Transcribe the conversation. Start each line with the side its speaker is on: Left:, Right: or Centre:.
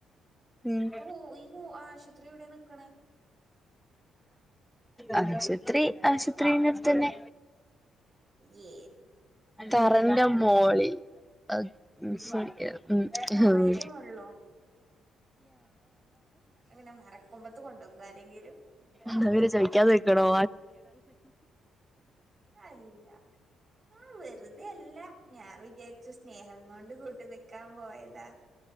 Centre: ഉം
Right: അപ്പൊ വോഈ ആശുപത്രി എവിടെ നിക്കണത്
Centre: അസുത്രി ആശുത്രീന്റെ എടുത്തന്നെ
Right: ഹ്ങ്ങെ
Centre: തറന്റെ മോളിൽ അ <inaudible> ഉംഗ്ങ്
Right: തറേന്റെ
Centre: ഹും
Right: മുകളിലോ അല്ലപിന്നെ മരക്കൊമ്പത്ത് കൊണ്ടോയി വെക്കോ ആരെങ്കിലും പോടന്ന്
Centre: ന്നാ പിന്നെ ചോയ്ക്കാ നിക്കണോ
Right: അല്ല ആ വെറുതെ അല്ല ഞാൻ വിചാരിച്ചു സ് നേഹം കൊണ്ട് കൂട്ട് നിക്കാ പോയതാ